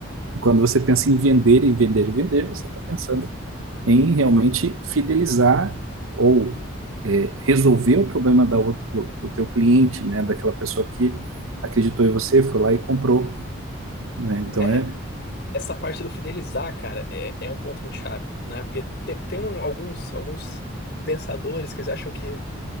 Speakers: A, on the right (about 85°); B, on the left (about 55°).
A: E quando você pensa em vender e vender e vender, você está pensando em realmente fidelizar ou eh, resolver o problema da ou- do, do teu cliente, né? Daquela pessoa que acreditou em você, foi lá e comprou, né?
B: Uhum.
A: Então
B: É,
A: é
B: essa parte do fidelizar, cara, é, é um ponto muito chave, né? Porque tem, tem um- alguns, alguns pensadores que eles acham que